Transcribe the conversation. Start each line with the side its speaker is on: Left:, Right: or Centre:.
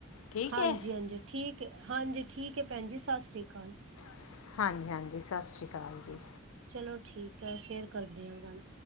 Left: ਠੀਕ
Right: ਹਾਂਜੀ
Left: ਹੈ।
Right: -ਹਾਂਜੀ ਠੀਕ ਹੈ ਹਾਂਜੀ ਠੀਕ ਹੈ ਭੈਣ ਜੀ ਸਤਿ ਸ਼੍ਰੀ ਅਕਾਲ।
Left: ਸ ਹਾਂਜੀ- ਹਾਂਜੀ ਸਤਿ ਸ਼੍ਰੀ ਅਕਾਲ ਜੀ।
Right: ਚਲੋ ਠੀਕ ਹੈ ਫੇਰ ਕਰਦੇ ਹਾਂ ਗੱਲ।